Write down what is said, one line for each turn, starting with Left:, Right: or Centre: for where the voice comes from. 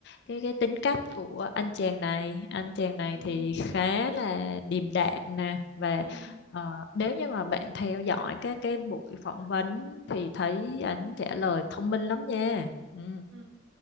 Left: cái cái tính cách của anh chàng này anh chàng này
Right: ừ
Left: thì khá là điềm đạm nè và
Right: ừ
Left: ờ, nếu như mà bạn theo dõi các cái buổi phỏng vấn thì thấy anh trả lời thông minh lắm nha ừ.
Right: ừ